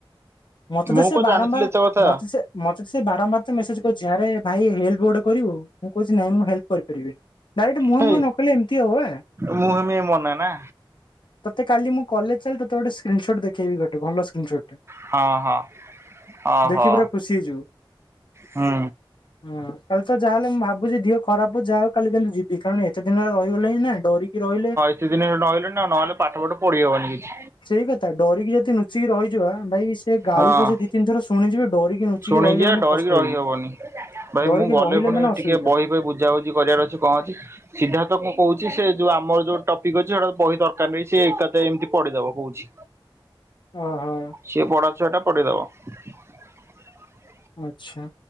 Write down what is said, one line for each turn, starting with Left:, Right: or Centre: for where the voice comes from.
Left: ମତେ
Right: ମୁଁ
Left: ତ ସେ
Right: କଣ
Left: ବାରମ୍ବାର
Right: ଜାଣିଥିଲି ଏତେ କଥା।
Left: ମତେ ସେ ମତେ ସେ ବାରମ୍ବାର ତ ମେସେଜ କରିଛି ଯାାରେ ଭାଇ ହେଲ୍ପ ଗୋଟେ କରିବୁ ମୁଁ କହୁଛି ନାଇଁ ମୁଁ ହେଲ୍ପ କରିପାରିବିନି। ଡାଇରେକ୍ଟ ମୁହେଁ
Right: ହେ
Left: ମୁହଁ ନ କଲେ ଏମିତି ହୁଏ।
Right: ମୁଁ ହେମି ମନା ନା।
Left: ତତେ କାଲି ମୁଁ କଲେଜ ଚାଲ ତତେ ଗୋଟେ ସ୍କ୍ରିନ ସଟ୍ ଦେଖେଇବି ଗୋଟେ ଭଲ ସ୍କ୍ରନଷ୍ଟ ଟେ
Right: ହଁ ହଁ ଓହୋ
Left: ଦେଖିକିପୁରା ଖୁସି ହେଇଯିବୁ
Right: ହୁଁ
Left: ହୁ କାଲି ତ ଯାହାହଲେ ମୁଁ ଭାବ। ବୁିଅ। ଖରାପୁ ଯାହାଉ କାଲି କିନ୍ତୁ ଯିବି କଣ ଏାତେ ଦିନରେ ରହିଗଲେ ହି ନାଇଁ। ଡରିକି ରହିଲେ।
Right: କିଛି ଦିନ ନହଲେଣି ଆଉ ନହେଲେ ପାଠ ପାଠ ପଢି ହବନି କିଛି
Left: ସେଇ କଥା ଡରିକି ଯଦି ନୁଚିକି ରହିଯିବା ଭାଇ ସେ ଗାଳି
Right: ହଁ
Left: ପଛେ ଦି ତିନି ଥର ଶୁଣିଯିବେ ଡରିକି ନୁଚିକି
Right: ଶୁଣିିକି
Left: ରହିଲେ ମାନେ
Right: ଡରିକି
Left: ପସ୍ତେଇବେ
Right: ରହିହବନି ଭାଇ
Left: ଡରିକି
Right: ମୁଁ ଗଲେ
Left: ରହିଲେ
Right: ପୁଣି
Left: ମାନେ ଅସୁବିଧା
Right: ଟିକେ ବହି ବହି ବୁଝାବୁଝି କରିବାର ଅଛି କଣ ଅଛି ସିଧାଥ ମୁଁ କହୁଛି। ସେ ସେ। ଯୋଉ ଆମର ଯୋଉ ଟପିକ୍ ଅଛି ସେଇଟା ବହି ଦରକାର ନାହି ସେ ଏକାଥ ଏମିତି ପଢିଦବ କହୁଛି।
Left: ଓହୋ
Right: ସିଏ ପଢା ଛୁଆ ଟା ପଢିଦବ। <inaudible>
Left: ଆଚ୍ଛା।